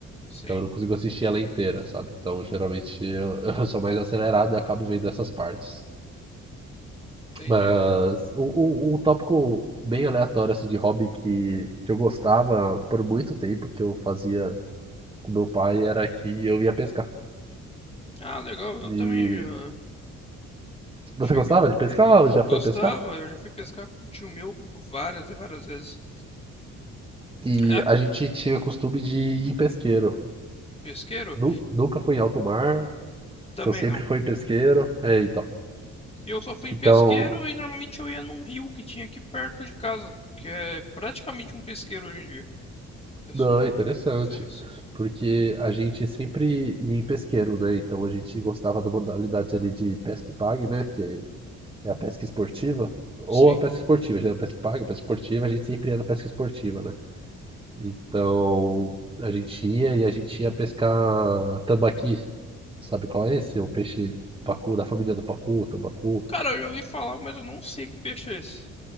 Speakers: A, on the left; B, on the right.
A: Sim.
B: Então eu não consigo assistir ela inteira, sabe? Então geralmente eu, <laughs> eu sou mais acelerado e acabo vendo essas partes.
A: Entendi.
B: Mas um, um- um tópico bem aleatório assim, de hobby que, que eu gostava por muito tempo, que eu fazia com meu pai, era que eu ia pescar.
A: Ah, legal. Eu
B: E
A: também já
B: você
A: cheguei
B: gostava
A: a...
B: de pescar ou já
A: Gostava,
B: foi pescar?
A: eu já fui pescar com um tio meu várias e várias vezes.
B: E
A: Ah,
B: a gente tinha costume de ir em pesqueiro.
A: em pesqueiro?
B: Nu- nunca fui em alto mar,
A: Também
B: então sempre
A: não.
B: foi em pesqueiro. É, então.
A: Eu só fui em
B: Então,
A: pesqueiro e normalmente eu ia num rio que tinha aqui perto de casa, que é praticamente um pesqueiro hoje em dia. O pessoal
B: Não, interessante.
A: fez.
B: Porque a gente sempre ia em pesqueiro, né? Então a gente gostava da modalidade ali de pesca e pague, né? Que é é a pesca esportiva. Ou
A: Sim.
B: a pesca esportiva, já é a pesca e pague, a pesca esportiva, a gente sempre ia na pesca esportiva, né? Então a gente ia e a gente ia pescar tambaqui. Sabe qual é esse? O peixe pacu, da família do pacu, tambacu.
A: Cara, eu já ouvi falar, mas eu não sei que peixe é esse.